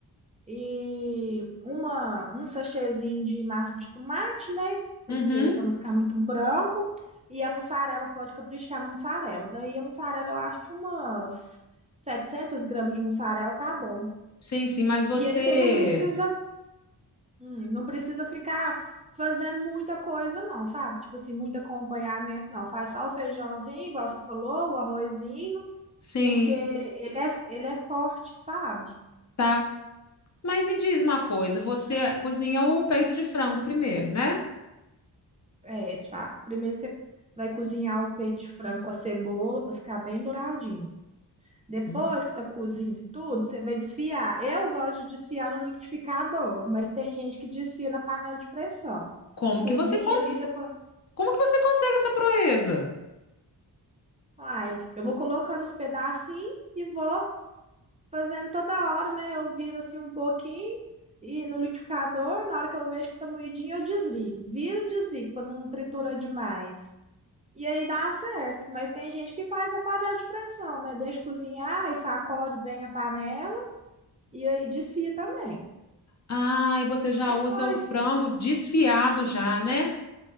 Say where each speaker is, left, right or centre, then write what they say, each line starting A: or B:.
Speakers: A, on the right (about 20°); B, on the left (about 40°).
A: e uma, um sachêzinho de massa de tomate, né? Porque
B: Uhum.
A: para não ficar muito branco. E a mussarela, pode caprichar na mussarela. Daí a mussarela, eu acho que umas 700 gramas de mussarela tá bom.
B: Sim, sim, mas você.
A: E aí você não precisa, hum, não precisa ficar fazendo muita coisa, não, sabe? Tipo assim, muito acompanhamento, não. Faz só o feijãozinho, igual você falou, o arrozinho,
B: Sim,
A: porque ele é, ele é forte, sabe?
B: tá. Mas me diz uma coisa, você cozinha o peito de frango primeiro, né?
A: É, tipo, ah, primeiro você vai cozinhar o peito de frango com a cebola para ficar bem douradinho. Depois
B: Hum.
A: que tá cozido e tudo, você vai desfiar. Eu gosto de desfiar no liquidificador, mas tem gente que desfia na panela de pressão.
B: Como
A: Cozinha
B: que você cons-
A: ali, depois.
B: Como que você consegue essa proeza?
A: Ai, eu vou colocando os pedacinhos e vou fazendo toda hora, né? Eu viro assim um pouquinho e no liquidificador, na hora que eu vejo que tá moidinho, eu desligo. Viro e desligo para não triturar demais. E aí dá certo, mas tem gente que faz na panela de pressão, né? Deixa cozinhar e sacode bem a panela e aí desfia também.
B: Ah, e você já
A: Depois,
B: usa o frango desfiado já, né?